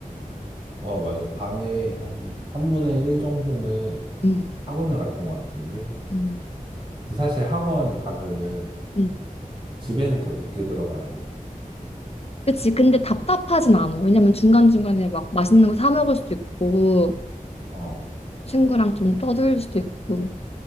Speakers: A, on the right; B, on the left.
A: 어, 맞아. 반에 한 3분의 1 정도는
B: 음,
A: 학원을 갔던 것 같은데.
B: 음,
A: 근데 사실 학원 가면은
B: 음.
A: 집에는 더 늦게 들어가는 건데.
B: 그치. 근데
A: 그래서,
B: 답답하진 않아. 왜냐면 중간중간에 막 맛있는 거 사 먹을 수도 있고,
A: 어,
B: 친구랑 좀 떠들 수도 있고,